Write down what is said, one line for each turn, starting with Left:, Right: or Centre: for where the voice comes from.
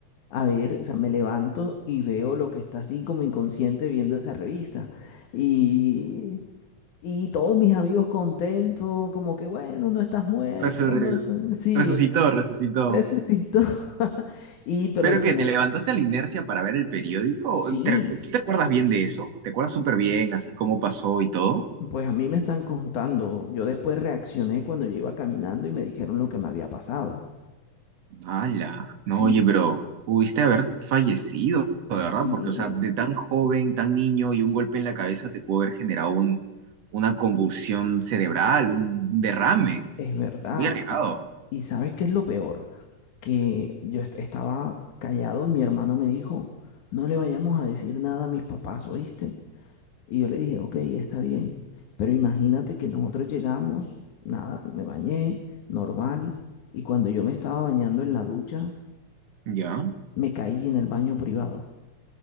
Left: a ver, o sea, me levanto y veo lo que está así como inconsciente viendo esa revista. Y, y todos mis amigos contentos, como que bueno, no estás muerto,
Right: Resurre-
Left: no estás... Sí,
Right: Resucitó,
Left: <laughs>
Right: resucitó.
Left: resucitó. <laughs> Y pero
Right: ¿Pero
Left: al final,
Right: qué? ¿Te levantaste a la inercia para ver el periódico?
Left: sí,
Right: ¿Te, recu- ¿Tú te acuerdas bien de eso? ¿Te acuerdas súper bien, así cómo pasó y todo?
Left: pues a mí me están contando. Yo después reaccioné cuando yo iba caminando y me dijeron lo que me había pasado.
Right: Ala, no,
Left: Sí.
Right: oye, pero pudiste haber fallecido,
Left: Sí,
Right: de verdad, porque, o sea, de tan joven, tan niño y un golpe en la cabeza te pudo haber generado un, una convulsión cerebral, un derrame,
Left: es verdad.
Right: muy arriesgado,
Left: Y, y- y ¿sabes qué es lo peor? Que yo est- estaba callado y mi hermano me dijo, no le vayamos a decir nada a mis papás, ¿oíste? Y yo le dije, ok, está bien. Pero imagínate que nosotros llegamos, nada, me bañé, normal. Y cuando yo me estaba bañando en la ducha,
Right: ¿ya?
Left: me caí en el baño privado.